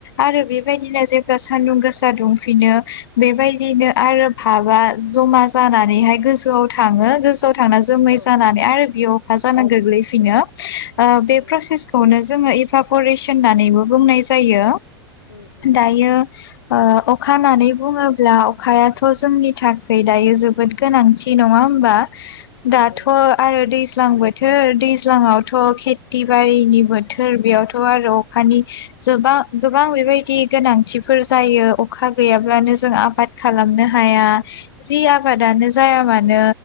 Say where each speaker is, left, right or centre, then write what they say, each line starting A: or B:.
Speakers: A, on the left (about 60°); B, on the left (about 75°).
A: आरो बेबायदिनो जेब्ला सानदुं गोसा दुंफिनो बेबायदिनो आरो फाबा जमा जानानैहाय गोजौआव थाङो फाव थांना जोमै
B: औ
A: जानानै आरो बि अखा जाना गोग्लै बिनो बे
B: उम
A: प्रसेस जोङो एफा परेस होननानैबो बुंनाय जायो
B: उम उम
A: दायो ओ अखा होननानै बुङोब्ला अखायाथ' जोंनि थाखाय दायो जोबोद गोनांथि नङा होमबा
B: नंगौ
A: दाथ' आरो दै दैज्लां बोथोर दैज्लांयाव थ खेथि बारि बोथोर बेयावथ' आरो अखानिबां जोबा गोबां बेबायदि गोनांथिफोर जायो अखा गैयाब्लानो जों आबाद खालामनो हाया जि आबा आबादानो जाया
B: औ नंगौ
A: मानो